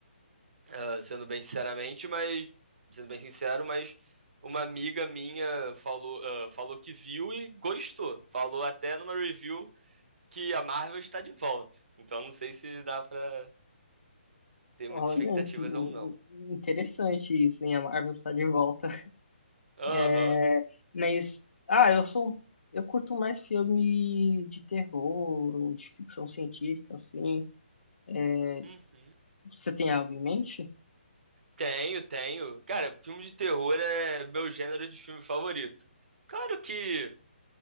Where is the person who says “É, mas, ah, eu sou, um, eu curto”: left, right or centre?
Left